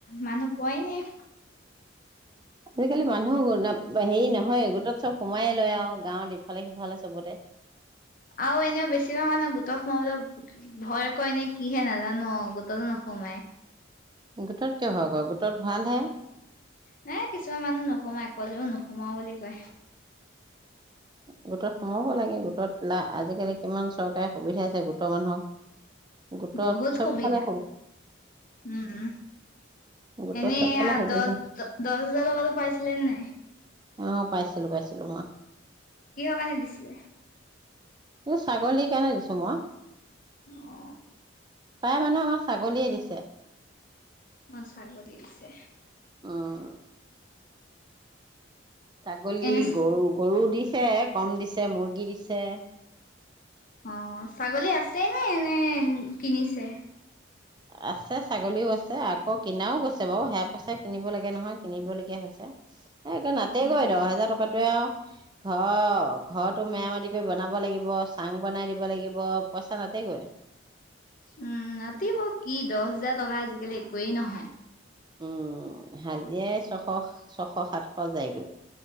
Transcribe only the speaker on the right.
আজিকালি মানুহ হল নহয় গোটত চব সোময়ে লয় আৰু গাঁৱত ইফালে সিফালে চবতে
গোটত কিয় ভয়ক গোটত ভাল হে
গোটত সোমাব লাগে গোটত লাভ আজিকালি কিমান চৰকাৰে সুবিধাছে গোটৰ মানুহক গোটত
চবফালে
গোটৰ
চবফালে সুবিধা
অ পাইছিলো পাইছিলো মই
এই ছাগলীৰ কাৰণে দিছো মই
তাৰ মানুহেৰ আমাৰ ছাগলীয়ে দিছে।
অ'। ছাগলী
গৰু গৰু দিছে। দিছে কম দিছে মুৰ্গী দিছে।
আছে ছাগলীও আছে আকৌ কিনাও গৈছে বাৰু সেয়া পইচা কিনিব লাগে নহয়। কিনিবলগীয়া হৈছে। এ একে নাইগৈ
দহ হাজাৰ টকা। কটে <inaudible> আৰু ঘৰ ঘৰটো মেৰামতি কৰি বনাব, লাগিব চাং বনাই দিব লাগিব পইচা নাটেগৈ
উম হাজে ছশ ছশ সাতশ যায়গৈ।